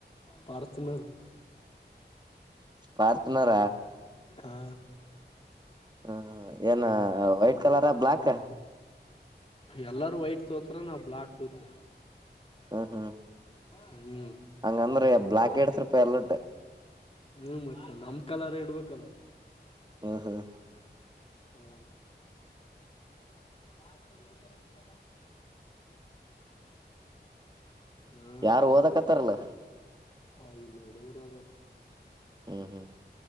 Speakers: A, on the left; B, on the right.
A: ಪಾರ್ಚುನರ್
B: ಪರ್ಚು ನರ
A: ಹಾ
B: ಹ್ಮ ಏನ ವೈಟ್ ಕಲರ ಬ್ಲಾಕ
A: ಎಲ್ಲಾರೂ ವೈಟ್ ತೋತರ ನಾವವು ಬ್ಲಾಕ್ ತೋತಿವಿ
B: ಹ್ಮ್ ಹ್ಮ್
A: ಹ್ಮ್
B: ಹಂಗಂದ್ರ ಬ್ಲಕೆ ಹೇಳ್ತರಪ್ಪ ಎಲ್ಲಟ್ಟು
A: ಹ್ಮ್ ಮತ್ತೆ ನಮ್ ಕಲಾರೆ ಇಡ್ಬೇಕಲ್ಲ
B: ಹ್ಮ್ ಹ್ಮ್
A: ಹ ಭಾರತ ಯೋಜನೆ ಕತಮಮ್ ಹ್ಮ್
B: ಯಾರು ಓದಕತ್ತಾರಲ್ಲ
A: ಆ ಇಲ್ಲೋಡುದ್ರೆ ಬತ್
B: ಹ್ಮ್ ಹ್ಮ್